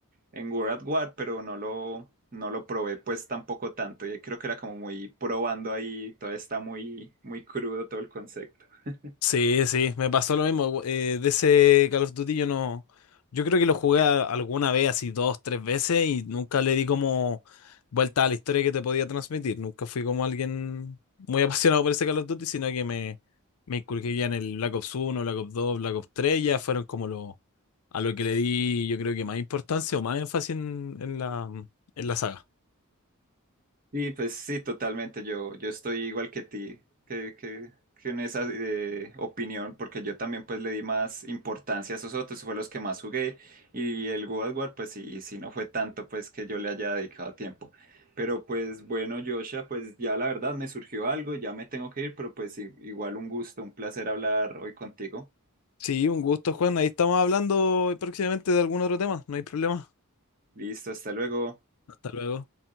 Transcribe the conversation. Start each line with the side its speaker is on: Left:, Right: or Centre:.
Right: en World at War, pero no lo, no lo probé pues tampoco tanto. Yo creo que era como muy probando ahí, todavía está muy, muy crudo todo el concepto. <laughs>
Left: Sí, sí, me pasó lo mismo. eh, de ese Call of Duty yo no. Yo creo que lo jugué a- alguna vez, así dos, tres veces, y nunca le di como vuelta a la historia que te podía transmitir. Nunca fui como alguien muy <laughs> apasionado por ese Call of Duty, sino que me, me inculqué ya en el Black Ops uno, Black Ops 2, Black Ops 3. ya fueron como lo, a lo que le di, yo creo que más importancia o más énfasis en, en la, en la saga.
Right: Y pues sí, totalmente. Yo, yo estoy igual que ti, que, que, que en esa eh, opinión, porque yo también pues le di más importancia a esos otros, fue los que más jugué. Y el God of War, pues sí, sí no fue tanto pues que yo le haya dedicado tiempo. Pero pues bueno, Joshua, pues ya la verdad me surgió algo, ya me tengo que ir, pero pues i- igual un gusto, un placer hablar hoy contigo.
Left: Sí, un gusto, Juan. Ahí estamos hablando próximamente de algún otro tema. No hay problema.
Right: Listo, hasta luego.
Left: Hasta luego.